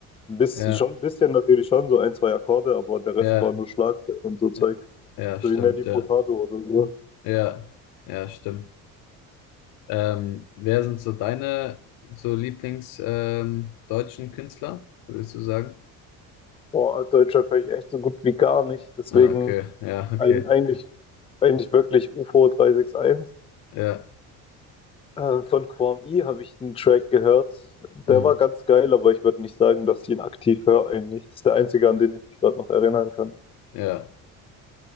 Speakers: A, on the left (about 15°); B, on the left (about 75°).
A: ein bisschen,
B: ja,
A: schon ein bisschen natürlich schon, so ein, zwei Akkorde, aber der Rest
B: ja,
A: war nur Schlagzeug und so Zeug.
B: ja, ja,
A: So
B: stimmt,
A: wie Nelly
B: ja,
A: Furtado oder so.
B: ja, ja, stimmt. Ähm, wer sind so deine so Lieblings ähm, deutschen Künstler, würdest du sagen?
A: Boah, Deutschrap höre ich echt so gut wie gar nicht. Deswegen
B: Ah, okay. Ja, okay.
A: ein, eigentlich, eigentlich wirklich UFO 361.
B: Ja.
A: Äh, von Quam I habe ich einen Track gehört. Der
B: Hm.
A: war ganz geil, aber ich würde nicht sagen, dass ich ihn aktiv höre eigentlich. Das ist der einzige, an den ich mich gerade noch erinnern kann.
B: Ja.